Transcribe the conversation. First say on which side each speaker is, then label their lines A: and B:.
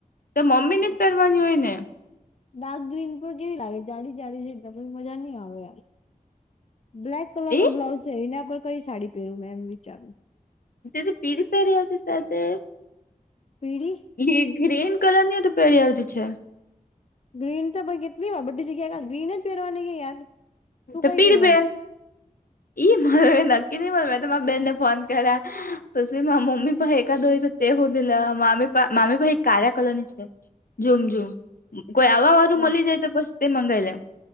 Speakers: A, on the left (about 75°); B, on the left (about 45°).
A: તો મમ્મી ને જ પહેરવાની હોય ને
B: ડાર્ક ગ્રીન પર કેવી લાગે જાડી જાડી છે એ કોઈ મજા નહી આવે બ્લેક કલર નો
A: એ
B: બ્લાઉઝ સેરીને આપણે કઈ સાડી પહેરું ને એમ વિચારું
A: જે તો પીધપર છે છે તે
B: પીળી
A: એ ગ્રીન કલર ની તો પેહરી આવતી છે
B: ગ્રીન કેટલી બડી જગ્યા જ પહેરવાની કે યાર તું
A: તો
B: કઈ
A: પીડી
B: પહેરવાની
A: પેન ઈ મારે નક્કી ની મળે બેનને ફોન કર્યા પછી મમ્મી પાઈ એકાદોરી તો તે હોદી દિલ મામી ભાઈ કાર્યા કલની છે જોમ જોમ કોઈ આવા વાળું
B: બસ
A: મળી જાય તો બસ તે મંગાવી લેમ